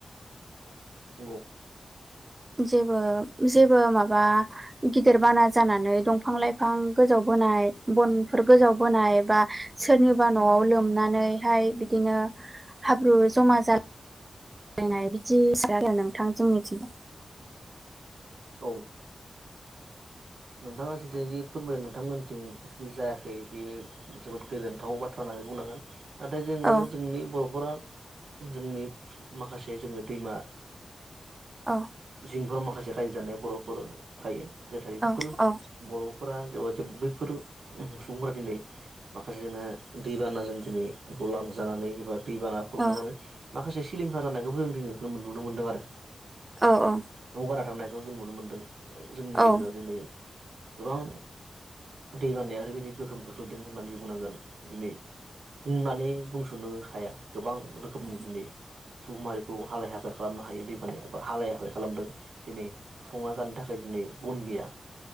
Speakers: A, on the right; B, on the right.
A: नंगौ
B: जेबो जेबो माबा गिदिर बाना जानानै दंफां लाइफां गोजावबोनाय बनफोर गोजावबोनाय बा सोरनिबा न'आव लोमनानैहाय बिदिनो हाब्रु जमा जाला मिलायनाय बिदियानोसै आरो नोंथां जोंनिथिं
A: औ नोंथाङा जेथुनाखि फोरमायदों नोंथांमोनथिं जुदि जायाखै बेयो जोबोद गोजोनथाव बाथ्रा होननानै बुंनांगोन नाथाय जोङो
B: औ
A: जोंनि बर'फोरा जोंनि माखासे जोङो दैमा
B: औ
A: जिफोराव माखासे रायजो जानाय बर'फोर थायो नाथाय बेफोर
B: औ औ
A: बर' फोरा बैफोर सुबुंफोरा दिनै माखासे जोंना दै बानाजों दिनै गलां जानानै एबा दैबाना
B: औ
A: खुरखा जानानै माखासे सिलिंखार जानायखौबो जों दिनै नुनो मोनदों आरो
B: औ औ
A: न'आव बारा थांनायखौ जों नुनो मोनदों जोंनि गेजेराव
B: औ
A: दिनै गोबां दै बानाया ओरैबायदि गोहोम खोख्लैदों होननानै बुंनांगोन दिनै बुंनानै बुंस'नो हाया गोबां रोखोमनि
B: औ
A: दिनै सुबुं मारिखौ हालाय हाफाय खालामनो हायो दैबानाया एबा हालाय हाफाय खालामदों दिनै संना जानो थाखाय दिनै बन गैया